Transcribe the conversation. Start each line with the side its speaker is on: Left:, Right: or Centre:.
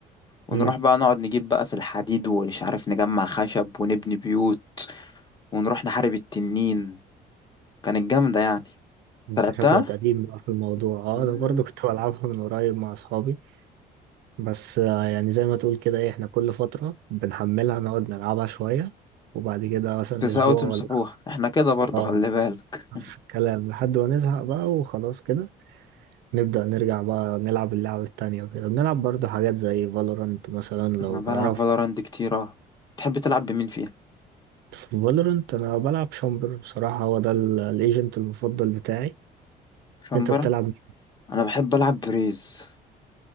Left: ونروح
Right: مم.
Left: بقى نقعد نجيب بقى في الحديد ومش عارف نجمع خشب ونبني بيوت ونروح نحارب التنين كانت جامدة يعني انت
Right: أنت
Left: لعبتها؟
Right: شكلك قديم بقى في الموضوع أه
Left: نعم.
Right: أنا برضو كنت <laughs> بلعبها من قريب مع أصحابي بس آه، يعني زي ما تقول كده إيه إحنا كل فترة بنحملها نقعد نلعبها شوية وبعد كده مثلا
Left: بتزهقوا
Right: أسبوع
Left: تمسحوها
Right: ولا
Left: احنا كده برضو
Right: اه
Left: خلي بالك
Right: نفس الكلام لحد ما نزهق بقى وخلاص كده نبدأ نرجع بقى نلعب اللعبة التانية وكده بنلعب برضو حاجات زي فالورانت مثلا لو
Left: انا بلعب
Right: تعرفها
Left: فالورانت كتير اه تحب تلعب بمين فيها؟
Right: فالورانت أنا بلعب شامبر بصراحة هو ده ال- الايجنت المفضل بتاعي
Left: شمبرة؟
Right: أنت بتلعب
Left: انا بحب العب بريز